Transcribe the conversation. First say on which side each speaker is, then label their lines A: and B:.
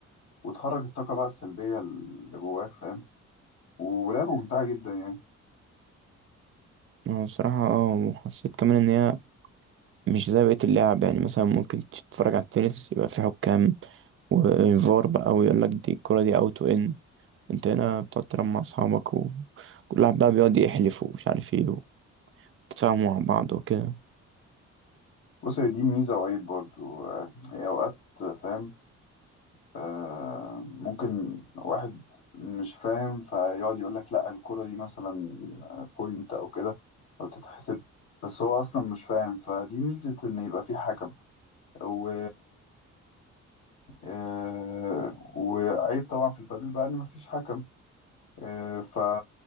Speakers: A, on the left; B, on the right.
A: وتخرج الطاقة بقى السلبية اللي جواك فاهم ولعبة ممتعة جدا يعني
B: انا بصراحة اه وحسيت كمان ان هي مش زي بقية اللعب يعني مثلا ممكن تتفرج على التنس يبقى في حكام وفار بقى ويقول لك دي الكرة دي اوت وان انت هنا بتقعد تلعب مع اصحابك وكل واحد بقى بيقعد يحلف ومش عارف ايه وتتفاهموا مع بعض وكده
A: بص هي دي ميزة وعيب برضو آه، هي أوقات فاهم آه ممكن واحد مش فاهم فيقعد يقول لك لا الكرة دي مثلا بوينت أو كده أو تتحسب بس هو أصلا مش فاهم فدي ميزة إن يبقى في حكم و... آه، وعيب طبعا في البادل بقى ان مفيش حكم آه، ف